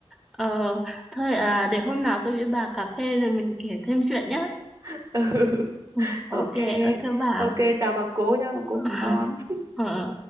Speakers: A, in the centre; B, on the right.
A: ờ thôi à để hôm nào tôi với bà cà phê rồi mình kể thêm chuyện nhá
B: <laughs> ừ.
A: Ừ, ok
B: ok
A: ok bà
B: ok chào bà cố nhá bà cố
A: <laughs>
B: ngủ ngon
A: Ờ.